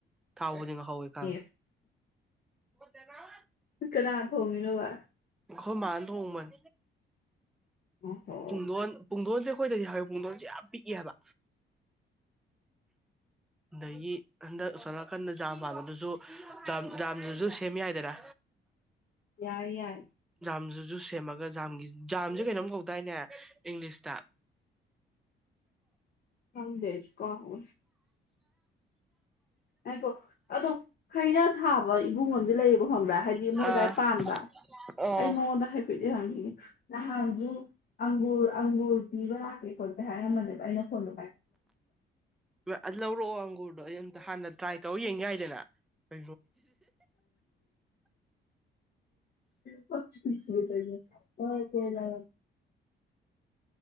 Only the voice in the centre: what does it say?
ꯊꯥꯎꯕꯨꯗꯤ ꯍꯣꯏ
ꯈ ꯍꯗꯔ
ꯍꯣꯏ ꯃꯥꯥꯟꯗ ꯎꯃꯟ
ꯄꯨꯡꯗꯣꯟ ꯄꯨꯡꯗꯣꯟꯁꯦ ꯑꯩꯈꯣꯏꯗꯗꯤ ꯍꯥꯏꯕ ꯃꯨꯡꯗꯣꯟꯁꯦ ꯌꯥꯝ ꯄꯤꯛꯏ ꯍꯥꯏꯕ ꯑꯗꯒꯤ ꯍꯟꯗꯛ ꯁꯣꯅꯥꯅꯥꯀꯟꯗ ꯖꯥꯝ ꯄꯥꯟꯕꯥꯝꯕꯗꯨꯁꯨ ꯝ ꯖꯥꯝꯗꯨꯁꯨ ꯁꯦꯝ ꯌꯥꯏꯗꯅ
ꯝꯖꯨ ꯖꯨ ꯁꯦꯝꯃꯒ ꯖꯥꯝ ꯖꯥꯝꯁꯦ ꯀꯩꯅꯣꯝ ꯀꯧꯗꯥꯏꯅꯦ ꯏꯪꯂꯤꯁꯇ
ꯑꯥ
ꯑꯣ
ꯑ ꯂꯔꯣꯒꯨꯔ ꯑꯗ ꯑꯩ ꯑꯝꯇ ꯍꯥꯟꯅ ꯇ꯭ꯔꯥꯏ ꯇꯧꯔ ꯌꯦꯡ ꯌꯥꯏꯗꯅ ꯀ